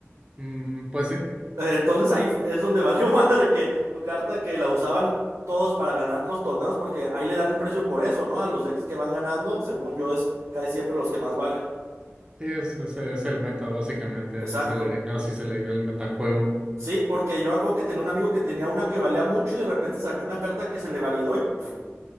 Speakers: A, on the right; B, on the right.
A: Mm, pues sí.
B: Entonces ahí es donde valió <laughs> madre que tu carta que la usaban todos para ganar los torneos, porque ahí le dan el precio por eso, ¿no? A los decks que van ganando, según yo, es casi siempre los que más valen.
A: Sí, es, es, es el meta, básicamente,
B: Exacto.
A: así se le, di- así se le dice el metajuego.
B: Sí, porque yo me acuerdo que tenía un amigo que tenía una que valía mucho y de repente sacó una carta que se le validó y... pff,